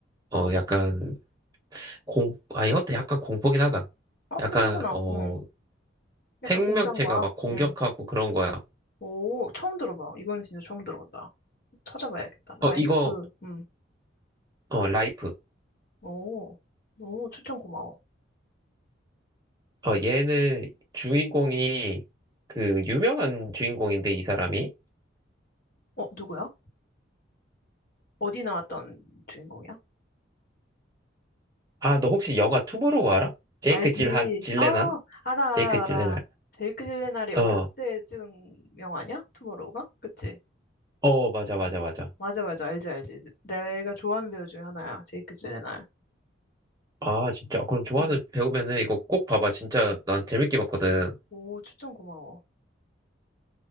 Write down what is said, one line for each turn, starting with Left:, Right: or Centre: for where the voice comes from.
Right: 어 약간 공 아 이것도 약간 공포긴 하다.
Left: 아, 근데
Right: 약간
Left: 괜찮아.
Right: 어
Left: 음. 약간
Right: 생명체가
Left: 공상과학.
Right: 막 공격하고
Left: 응.
Right: 그런 거야.
Left: 오, 처음 들어봐. 이거는 진짜 처음 들어본다. 찾아봐야겠다. 라이프.
Right: 어 이거
Left: 응.
Right: 어 라이프.
Left: 오, 오, 추천 고마워.
Right: 어 얘는 주인공이 그 유명한 주인공인데 이 사람이
Left: 어, 누구야? 어디 나왔던 주인공이야?
Right: 아 너 혹시 영화 투모로우 알아? 제이크
Left: 알지.
Right: 질한 질레난?
Left: 아, 알아,
Right: 제이크
Left: 알아, 알아.
Right: 질레난.
Left: 제이크 딜레날이 어렸을
Right: 어.
Left: 때 찍은 영화 아니야? 투모로우가? 그치?
Right: 어 맞아 맞아 맞아.
Left: 맞아, 맞아. 알지, 알지. 내가 좋아하는 배우 중에 하나야. 제이크 딜레날.
Right: 아 진짜 그럼 좋아하는
Left: 응.
Right: 배우면은 이거 꼭 봐봐. 진짜 난 재밌게 봤거든.
Left: 오, 추천 고마워.